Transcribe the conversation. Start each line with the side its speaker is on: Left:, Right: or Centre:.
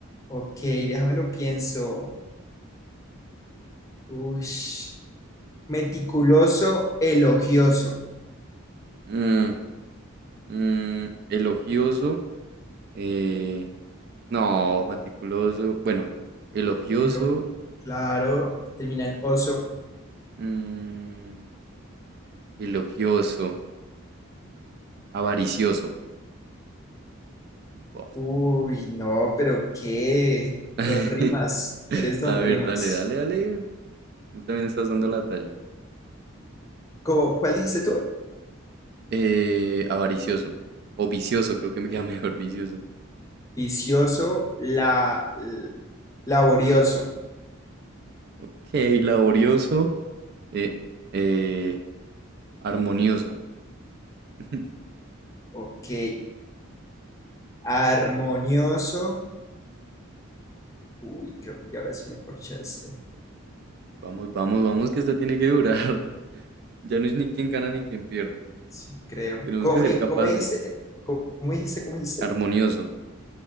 Left: Ok, déjame lo pienso. Ush. Meticuloso, elogioso.
Right: mm, mm, elogioso, eh, no, meticuloso, bueno, elogioso,
Left: Elo- Claro, termina en oso.
Right: mm, elogioso, avaricioso, bof.
Left: Uy, no, pero qué.
Right: <laughs>
Left: Don Rimas, eres Don
Right: A ver,
Left: Rimas.
Right: dale, dale, dale, Tú también estás dando la talla.
Left: ¿Cómo, cuál dijiste tú?
Right: Eh, avaricioso. O vicioso, creo que me queda <laughs> mejor vicioso.
Left: Vicioso, la, l- laborioso.
Right: Ok, laborioso. Eh, eh, armonioso. <laughs>
Left: Ok. Armonioso. Uy, creo que ya ahora sí me corchaste.
Right: Vamos, vamos, vamos, que esta tiene que durar. <laughs> Ya no es ni quién gana ni quién pierde.
Left: Sí, creo.
Right: Tenemos
Left: ¿Cómo,
Right: que ser
Left: me-
Right: capaces.
Left: cómo dijiste? ¿Cómo, cómo dijiste? ¿Cómo dijiste?
Right: Armonioso,